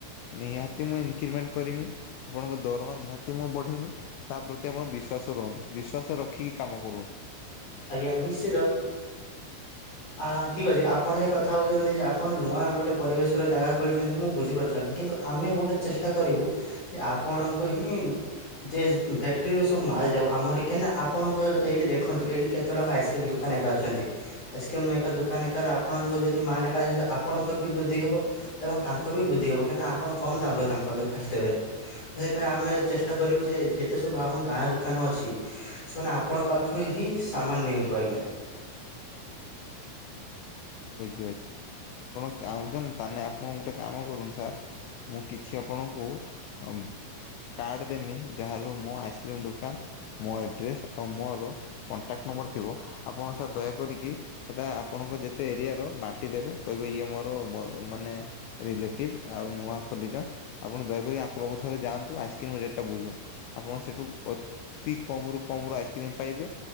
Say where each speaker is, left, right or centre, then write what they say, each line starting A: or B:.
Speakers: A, on the left (about 85°); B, on the left (about 40°).
A: ନିହାତି ମୁଁ ଇନକ୍ରିମେଣ୍ଟ କରିମି ଆପଣଙ୍କ ଦରମା ନିହାତି ମୁଁ ବଢେଇମି ତା ପ୍ରତି ଆପଣ ବିଶ୍ଵାସ ରଉନ୍ ‌ବିଶ୍ଵାସ ରଖିକି କାମ କରୁ ଅନ୍
B: ଆଜ୍ଞା ନିଶ୍ଚିିତ। ଆ ଠିକ ଅଛି ଆପଣ ଯଉ କଥା ହଉଚନ୍ତି ଯେ ଆପଣ ନୂଆ ଗୋଟେ ପରିବେଶରେ ଜାଗା ଖୋଲିଚନ୍ତି ମୁଁ ବୁଝିପାରୁଚି ଆଜ୍ଞା କିନ୍ତୁ ଆମେ ଗୋଟେ ଚେଷ୍ଟା କରିବୁ ଯେ ଆପଣଙ୍କୁ ହିଁ ଯେ ଫ୍ୟାକ୍ଟ୍ରିରୁ ସବୁ ମାଲ୍ ଯାଉ ଆମର କେନା ଆପଣଙ୍କର ଏଇଠି ଦେଖନ୍ତୁ ଏଇଠି କେତେଟକା ଆଇସ୍କ୍ରିମ୍ ଦୋକାନ ଏକା ଅଛନ୍ତି। ଆଇସ୍କ୍ରିମ୍ ଏକା ଦୋକାନ ଏକାର ଆପଣଙ୍କ ଯଦି ମାଲ ଏକା <unintelligible> ଆପଣଙ୍କର ବି ବୃଦ୍ଧି ହବ। ଏବଂ ତାଙ୍କର ବି ବୃଦ୍ଧି ହବ କାଇଁନା ଆପଣ କମ ଦାମରେ ତାଙ୍କୁ ଆଗେ ଫାଷ୍ଟ ଦେବେ। <unintelligible> ଆମେ ଚେଷ୍ଟା କରିବୁ ଯେ ଯେତେ ସବୁ ଆମ ଗାଁ ଦୋକାନ ଅଛି ସେମାନେ ଆପଣଙ୍କ ପାଖରୁ ହିଁ ସାମାନ ନିଅନ୍ତୁ ଆଜ୍ଞା।
A: <unintelligible> ଆପଣ ଚାହୁଁଛନ୍ତି ତାେନେ ଆପଣ ଗୁଟେ କାମ କରୁନୁ ସାର୍ ମୁଁ କିଛି ଆପଣଙ୍କୁ ଅମ୍ କାର୍ଡ ଦେମି ଯାହାର ମୋ ଆଇସ୍କ୍ରି ଦୋକାନ ମୋ ଆଡ୍ରେସ ଆଉ ମୋର କଣ୍ଟାକ୍ଟ ନମ୍ବର ଥିବ ଆପଣ ସାର୍ ଦୟା କରିକି ସେଟା ଆପଣଙ୍କ ଯେ ତେ ଏରିଆର ମାଣ୍ଟି ଦେବେ କହିବେ ଇଏ ମୋର ମୋ ମାନେ ରିଲେଟିଭ୍ ଆଉ ନୂଆ ଖୋଲିଚନ୍ ଆପଣ ଦୟାକରି ଆଙ୍କ ପାଖକୁ ଥରେ ଯାଆନ୍ତୁ ଆଇସ୍‌କ୍ରିମ୍ ରେଟ୍ ଟା ଥରେ ବୁଝ ଆପଣ ସେଠୁ ଅତି କମ ରୁ କମ ରୁ ଆଇସ୍କ୍ରିମ ପାଇବେ।